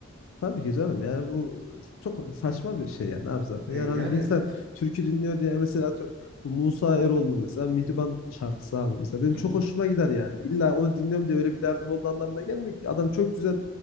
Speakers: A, on the left; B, on the right.
A: Tabii ki canım yani bu çok saçma bir şey yani abi zaten.
B: E,
A: Yani
B: yani
A: hani bir insan türkü dinliyor diye mesela atıyorum bu Musa Eroğlu'nun mesela Mihriban şarkısı abi mesela benim
B: Hı
A: çok
B: hı.
A: hoşuma gider yani. İlla onu dinliyorum diye öyle bir derdim olduğu anlamına gelmiyor ki. Adam çok güzel